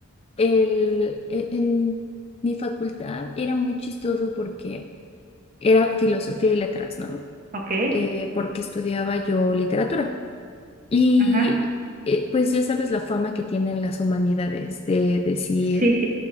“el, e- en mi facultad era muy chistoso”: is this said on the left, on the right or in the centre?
Left